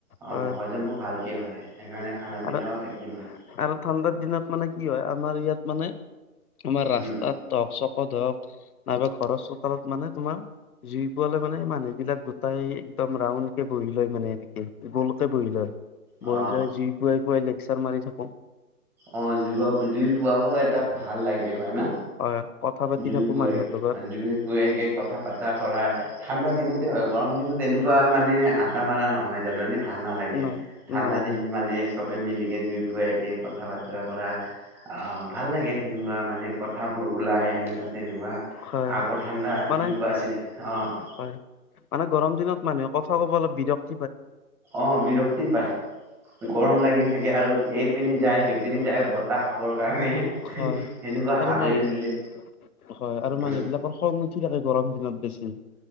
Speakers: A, in the centre; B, on the left (about 75°).
A: অ
B: হয়
A: হজমো ভালকে হয় সেইকাৰণে। খানা
B: আৰু
A: পিনাও একো নহয়।
B: আৰু ঠাণ্ডাৰ দিনত মানে কি হয় আমাৰ ইয়াত মানে--। তোমাৰ ৰাস্তাত
A: উম
B: হক চকত হওক নাইবা ঘৰৰ চোতালত মানে তোমাৰ--। জুই পোৱালে মানে মানুহবিলাক গোটাই একদম ৰাউণ্ডকে বহি লয় মানে এনেকে গ'লকে বহি লয়-।
A: অ',
B: বইলাৰ যি খোৱাই খোৱাই লেকচাৰ মাৰি থাকোঁ।
A: অ', জু জুই ফোৱাব এটা ভাল লাগে হয় না।
B: হয় কথা পাতি
A: জুই
B: থাকো
A: ফুৱাই
B: মানুহৰ লগত
A: জুই ফুৱাইকে কথা পাতা কৰা ঠাণ্ডা দিনতে হয় গৰম দিনত তেনেকুৱা। মানে আড্ডা মাৰা নহয় জানানে ভাল নালাগে
B: ন
A: ঠাণ্ডা
B: নালাগে
A: দিনত মানে চবে মিলিকে জুই ফুৱাইকে কথা বতৰা কৰা আহ ভাল লাগে তেনেকুৱা মানে কথাবোৰ ওলাই এনেকুৱা তেনেকুৱা
B: হয়
A: আগৰ ঠাণ্ডা
B: মানে
A: এনেকুৱা আছিলে, অ',
B: হয় মানে গৰম দিনত মানুহে কথা ক'ব অলপ বিৰক্ত---।
A: অ বিৰক্তি পাই গৰম লাগি থাকে আৰু এইপিনি যায় সেই----। পিনি যায় বতাহ খাবৰ কাৰণে---।
B: হয়
A: সেনেকুৱা
B: আৰু
A: হালে
B: মানে
A: জুলে
B: হয় আৰু
A: উম।
B: মানুহবিলাকৰ খং উঠি থাকে গৰম দিনত----। বেছি